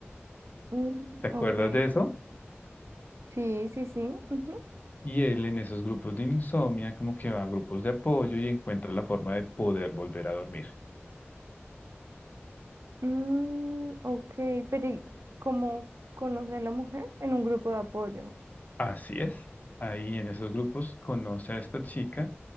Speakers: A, on the right; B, on the left.
A: Mm,
B: ¿Te acuerdas
A: ok,
B: de eso?
A: sí, sí, sí. ujú.
B: Y él en esos grupos de insomnia como que va a grupos de apoyo y encuentra la forma de poder volver a dormir.
A: Mm, ok, pero ¿y ¿cómo conocer a la mujer? En un grupo de apoyo.
B: Así es. Ahí en esos grupos conoce a esta chica